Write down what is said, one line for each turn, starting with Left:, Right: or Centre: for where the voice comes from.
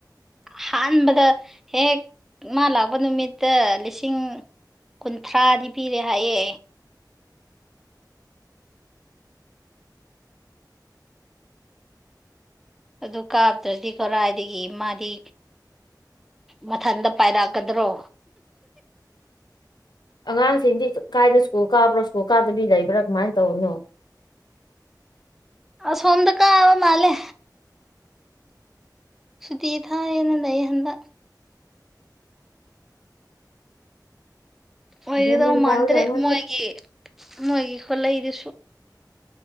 Centre: ꯑꯍꯥꯟꯕꯗ ꯍꯦꯛ ꯃꯥ ꯂꯥꯛꯄ ꯅꯨꯃꯤꯠꯇ ꯂꯤꯁꯤꯡ ꯀꯨꯟꯊ꯭ꯔꯥꯗꯤ ꯄꯤꯔꯦ ꯍꯥꯏꯌꯦ ꯑꯗꯨ ꯀꯥꯞꯇ꯭ꯔꯗꯤ ꯀꯔꯥꯏꯗꯒꯤ ꯃꯥꯗꯤ ꯃꯊꯟꯇ ꯄꯥꯏꯔꯛꯀꯗ꯭ꯔꯣ
Left: ꯑꯉꯥꯡꯁꯤꯡꯗꯤ ꯀꯥꯏꯗ ꯁ꯭ꯀꯨꯜ ꯀꯥꯕ꯭ꯔꯣ ꯁ꯭ꯀꯨꯜ ꯀꯥꯗꯕꯤ ꯂꯩꯕ꯭ꯔꯥ ꯀꯃꯥꯏꯅ ꯇꯧꯔꯤꯅꯣ
Centre: ꯑꯁꯣꯝꯗ ꯀꯥꯕ ꯃꯥꯜꯂꯦ ꯁꯨꯇꯤ ꯊꯥꯏꯌꯦꯅ ꯂꯩꯌꯦ ꯍꯟꯗꯛ ꯑꯣꯏꯒꯗꯧ
Left: ꯒ꯭ꯌꯥꯟ ꯃꯦꯟ ꯇꯥꯕꯖꯥꯠ
Centre: ꯃꯥꯟꯗ꯭ꯔꯦ
Left: ꯅꯠꯇꯦ
Centre: ꯃꯣꯏꯒꯤ ꯃꯣꯏꯒꯤ ꯈꯨꯜꯂꯩꯗꯨꯁꯨ